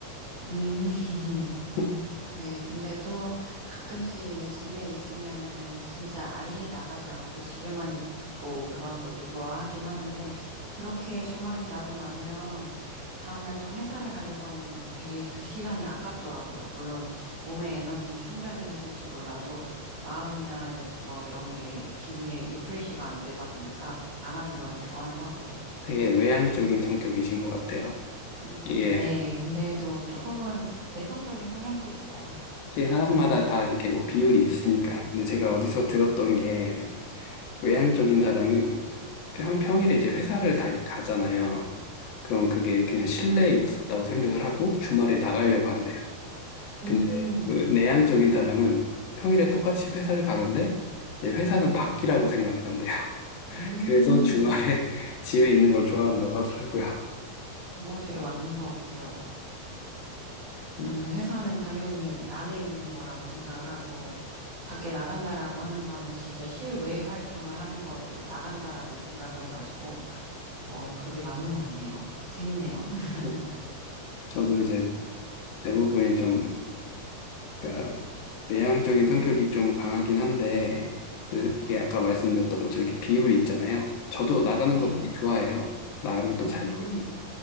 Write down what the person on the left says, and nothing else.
<laughs>
되게 외향적인 성격이신 것 같아요.
이게
이제 사람마다 다 이렇게 뭐 비율이 있으니까. 근데 제가 어디서 들었던 게 외향적인 사람은 평, 평일에 이제 회사를 다, 가잖아요. 그럼 그게 그냥 실내에 있었다고 생각을 하고 주말에 나가려고 한대요.
근데 그 내향적인 사람은 평일에 똑같이 회사를 가는데 이제 회사는 밖이라고 생각을 한대요.
그래서 주말에 <laughs> 집에 있는 걸 좋아한다고 하더라고요.
<laughs>
음. 저도 이제 대부분이 좀, 그러니까 내향적인 성격이 좀 강하긴 한데, 근데 이게 아까 말씀드렸던 것처럼 이렇게 비율이 있잖아요. 저도 나가는
거 되게 좋아해요. 나가면 또
잘 놀고,